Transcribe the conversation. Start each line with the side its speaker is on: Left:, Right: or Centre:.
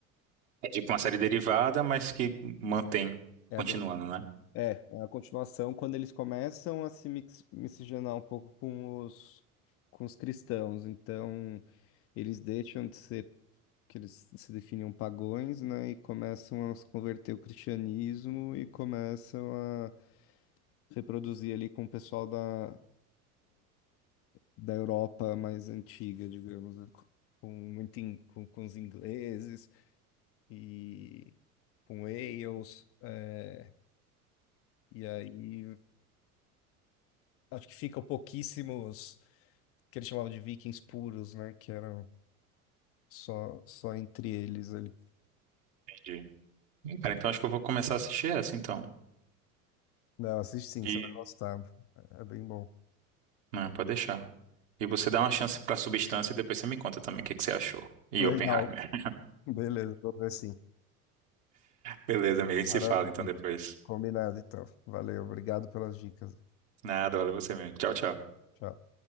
Right: É tipo uma série derivada, mas que mantém,
Left: É
Right: continuando,
Left: a, de-
Right: né?
Left: é, é a continuação quando eles começam a se mix- miscigenar um pouco com os, com os cristãos. Então, eles deixam de ser que eles se definiam pagões, né, e começam a se converter ao cristianismo e começam a reproduzir ali com o pessoal da, da Europa mais antiga, digamos, né, com, com muito in- com, com os ingleses e com Wales, é, e aí acho que ficam pouquíssimos que eles chamavam de vikings puros, né, que eram só, só entre eles ali.
Right: Entendi. Cara, então acho que eu vou começar a assistir essa, então.
Left: Não, assiste sim,
Right: E...
Left: você vai gostar. É bem bom.
Right: Não, pode deixar. E você dá uma chance pra substância e depois você me conta também o que que você achou. E
Left: Legal.
Right: Oppenheimer.
Left: Beleza, vou ver sim.
Right: Beleza, amigo, a gente
Left: Maravilha.
Right: se fala então depois.
Left: Combinado, então. Valeu, obrigado pelas dicas.
Right: Nada, valeu você mesmo. Tchau, tchau.
Left: Tchau.